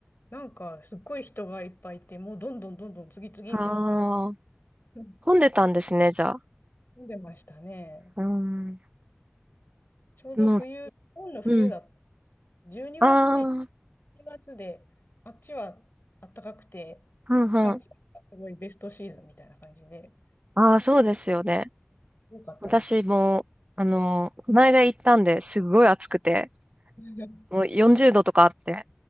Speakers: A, on the left; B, on the right.
A: なんかすっごい人がいっぱいいて、もうどんどんどんどん次々みたいな感じ。
B: ああ、
A: うん
B: 混んでたんですね、じゃあ。
A: 飲んでましたね。
B: うーん。
A: ちょうど冬、
B: もう、
A: 日本の冬だった。
B: うん。
A: 12月にがつ
B: ああ、
A: に、2月で、あっちは暖かくて、
B: うんうん。
A: 寒気がすごいベストシーズンみたいな感じで、
B: ああ、そうですよね。
A: 多かったです。
B: 私も、あの、この間行ったんで、すごい暑くて、
A: <laughs>
B: もう40度とかあって。